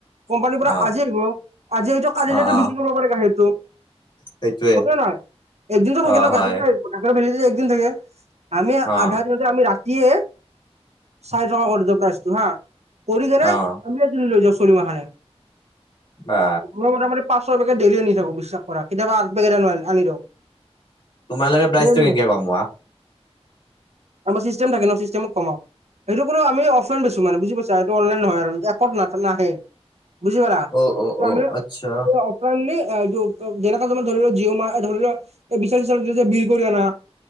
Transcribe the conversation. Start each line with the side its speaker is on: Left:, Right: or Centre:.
Right: কোম্পানীৰ পৰা
Left: অ',
Right: আজি আহিব, আজি এইটো কালিলেতো
Left: অ', অ',
Right: বিক্ৰী কৰিব পাৰে গাখীৰতটো।
Left: সেইটোৱে
Right: হয়নে ন নহয়, একদিনতো থাকিল
Left: অ',
Right: ন,
Left: হয়
Right: গাখীৰটো। গাখীৰৰ ভেলিদিটি‌ একদিন থাকে আমি
Left: অ',
Right: আধাৰ আমি ৰাতিয়ে, চাৰি টকা কৰি প্ৰাইজটো হা কৰি কেনে,
Left: অ',
Right: আমি <unintelligible>
Left: বা
Right: পাঁছ বেগে ডেইেলি আনি থাকো বিশ্বাস কৰা, কেতিয়াবা আঠবেগ আনি দিওঁ।
Left: তোমালোকে প্ৰাইজটো
Right: ডেইলি
Left: কেনেকে কমোৱা?
Right: আমাৰ চিষ্টেম থাকে ন, চিষ্টমট কমাও, সেইটো কোন আমি অফলন বেচো মানে বুজ পাইছে। চাএইটো অনলাই নহয় আৰু এপত নাহে বুজি পা,
Left: অ', অ', অ',
Right: আমি
Left: আচ্ছা
Right: এইটো যেনেককা ধমাৰ ধৰি ল জিঅ মাহ ধৰি লোৱা বিচাৰচ যে বিল কৰি আনা